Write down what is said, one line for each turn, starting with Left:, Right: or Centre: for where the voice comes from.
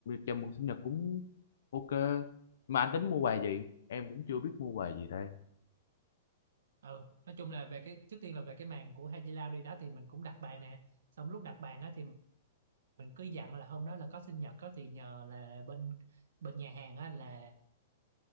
Left: chào mừng sinh nhật cũng ok mà anh tính mua quà gì em cũng chưa biết mua quà gì đây
Right: ừ nói chung là về cái trước tiên là về cái màn của Hai Di Lao đi đó thì mình cũng đặt bàn nè xong lúc đặt bàn á thì mình cứ dặn là hôm đó là có sinh nhật á thì nhờ là bên bên nhà hàng á là